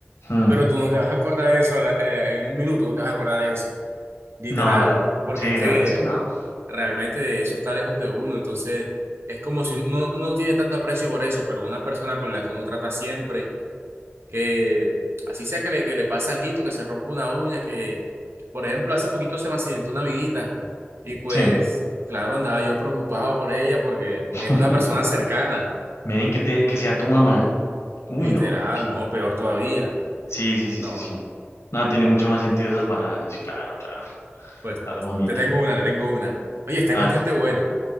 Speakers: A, on the left; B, on the right.
A: mm,
B: pero tú no te vas a acordar de eso a la- eh, en un minuto, no te vas a acordar de eso. Literal,
A: No, la verdad.
B: porque
A: Sí,
B: es que
A: la verdad es que no.
B: realmente eso está lejos de uno, entonces es como si uno, uno no tiene tanto aprecio por eso, pero una persona con la que uno trata siempre, que así sea que le, que le pase alguito, que se rompa una uña, que por ejemplo hace poquito se me accidentó una amiguita y pues
A: Sí.
B: claro, andaba yo preocupado por ella porque
A: <laughs>
B: es una persona cercana,
A: Men, que, te, que sea tu mamá. Uy,
B: literal,
A: no, papi.
B: no, peor todavía.
A: Sí, sí, sí,
B: No,
A: sí, sí. No, tiene mucho más sentido salvar a... sí, Claro, claro.
B: pues
A: A la mamita.
B: te tengo una, te tengo una. Oye, esta es
A: A
B: bastante
A: ver,
B: buena.